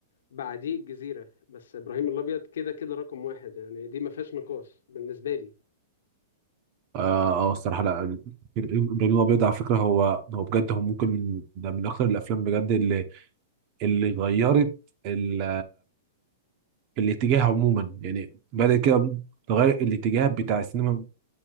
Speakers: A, on the left; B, on the right.
A: بعديه الجزيرة بس ابراهيم الابيض كده كده رقم واحد يعني دي ما فيهاش نقاش بالنسبة لي
B: اه اه الصراحة لا إبراهيم الأبيض على فكرة هو هو بجد هو ممكن من ده من أكثر الأفلام بجد اللي اللي غيرت ال... الاتجاه عموما يعني بدأت كده تغير الاتجاه بتاع السينما